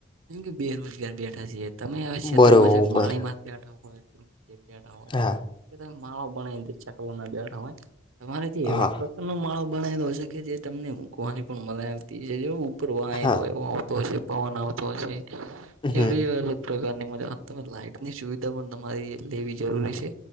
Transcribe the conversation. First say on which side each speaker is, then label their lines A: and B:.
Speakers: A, on the right; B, on the left.
A: જેમ કે બેરોજગાર બેઠા છીએ. તમે એવે શેતરમાં
B: બરોબર
A: ચેક માળીમાથ બેઠા હોય, ગમે ત્યાં બેઠા હોય
B: હા
A: કે તમે માળો બનાઈને ચકલના બેઢા હોય. તમારે જે એવા
B: હા
A: પ્રકારનો માળો બણેલો હશે, કે જે તમને <unintelligible> પણ મલાઈ આવતી, જે ઉપર વાઈ
B: હા
A: રહ્યો એવો આવતો હશે. પવન આવતો હશે. એ
B: હમ
A: પ્રકારની મજા તમે લાઈટની સુવિધા પણ તમારી લેવી જરૂરી છે.